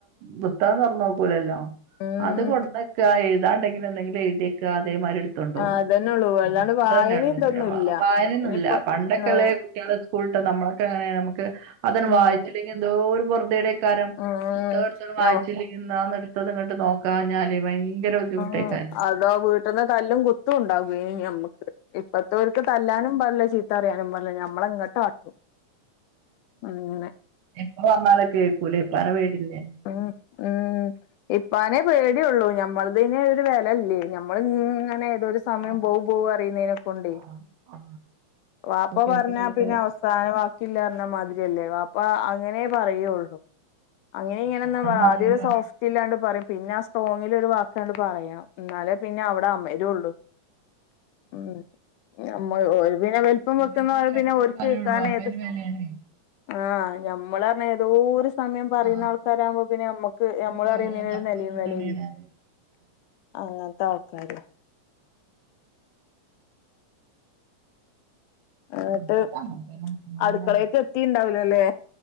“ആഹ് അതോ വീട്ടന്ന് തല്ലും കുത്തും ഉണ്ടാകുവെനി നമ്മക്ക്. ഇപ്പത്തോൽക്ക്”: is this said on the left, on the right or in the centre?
Left